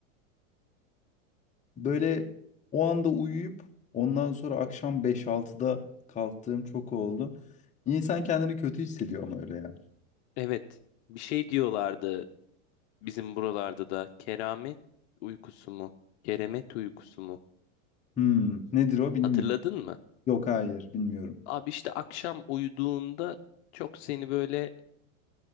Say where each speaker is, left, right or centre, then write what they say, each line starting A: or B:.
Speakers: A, on the left; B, on the left.
A: Böyle o anda uyuyup ondan sonra akşam beş altıda kalktığım çok oldu. İnsan kendini kötü hissediyor ama öyle ya.
B: evet bir şey diyorlardı bizim buralarda da keramet uykusu mu? Keremet uykusu mu?
A: Hmm, nedir o bilmiyorum.
B: Hatırladın mı?
A: Yok hayır bilmiyorum.
B: Abi işte akşam uyuduğunda çok seni böyle